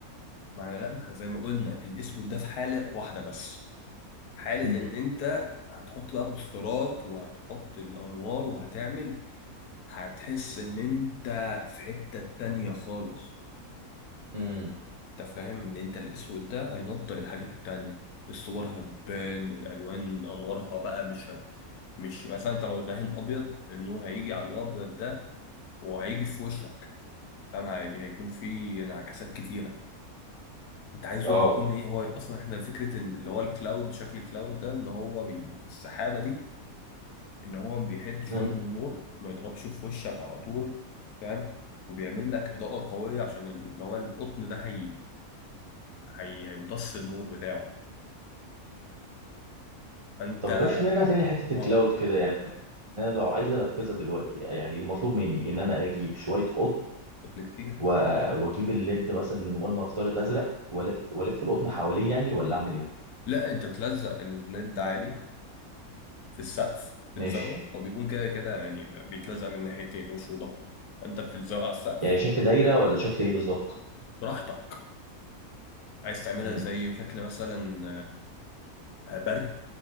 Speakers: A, on the left (about 80°); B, on the right (about 50°).
A: ما انا لا ما احنا زي ما قلنا الاسود ده في حالة واحدة بس حالة
B: امم
A: ان انت هتحط بقى بوسترات وهتحط الانوار وهتعمل هتحس ان انت في حتة تانية خالص
B: امم
A: انت فاهم ان انت الاسود ده هينطق الحاجات التانية الصور هتبان الالوان انوارها بقى مش هت... مش مثلا انت لو دهن ابيض النور هيجي على الابيض ده وهيجي في وشك فاهم هي... هيكون في انعكاسات كتيرة انت عايزه
B: اه
A: بيكون ايه هو اصلا احنا فكره ان اللي هو الكلاود شكل الكلاود ده ان هو بي- السحابه دي ان هو بيحد شويه
B: مم.
A: من النور ما يضربش في وشك على طول فاهم وبيعمل لك اضاءه قويه عشان اللي هو القطن ده هي هي- هيمتص النور بتاعه فانت
B: طب باش نرجع تاني لحته الكلاود
A: اه
B: كده يعني انا لو عايز انفذها دلوقتي يعني المطلوب مني ان انا اجيب شويه قطن
A: قطن كتير
B: و- واجيب الليد مثلا ولنفترض ازرق والف والف القطن حواليه يعني ولا اعمل ايه
A: لا انت بتلزق الليد عادي في السقف
B: ماشي
A: بتلزقه هو بيكون كده كده يعني بيتلزق من ناحيتين وش وظهر فانت بتلزقه على السقف
B: يعني شكل دايرة ولا شكل ايه بالظبط
A: براحتك عايز تعملها
B: امم
A: زي شكل مثلا آه، برق